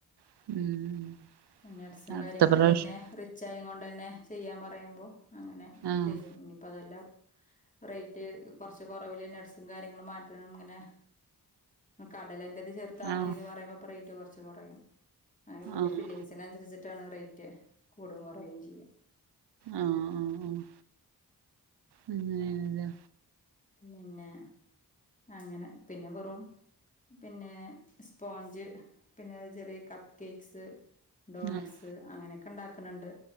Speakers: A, on the right; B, on the left.
A: ഉം
B: നട്സും
A: അടുത്ത
B: കാര്യങ്ങളും
A: പ്രാവശ്യം
B: പിന്നെ റിച്ച് ആയിങ്ങോണ്ടന്നെ ചെയ്യാൻ പറയുമ്പം അങ്ങനെ
A: ആഹ്
B: ചെയ്യും ഇനിയിപ്പം അതല്ല റേറ്റ് കൊറച്ച് കൊറവില് നട്സും കാര്യങ്ങളും മാറ്റണം ഇങ്ങനെ കടലന്റെത് ചേർത്താ മതിന്ന്
A: ആഹ്
B: പറയുമ്പം റേറ്റ് കൊറച്ച് കൊറയും അതയ്നുള്ളിലെ
A: ആഹ്
B: ഫില്ലിങ്ങ്സിനൻസ സരിച്ചിട്ടാണ് റേറ്റ് കൂടും കൊറയും ചെയ്യ
A: ആഹ് ആഹ് ആഹ് അങ്ങനെയാണ്ല്ലേ
B: പിന്നെ അങ്ങനെ പിന്നെ വെറും പിന്നെ സ്പോഞ്ച് പിന്നെ ചെറിയ കപ്പ് കേക്ക്സ് ഡോനറ്റ്സ്
A: ആഹ്
B: അങ്ങനെയൊക്കെ ഇണ്ടാക്ക്‌ണ് ണ്ട്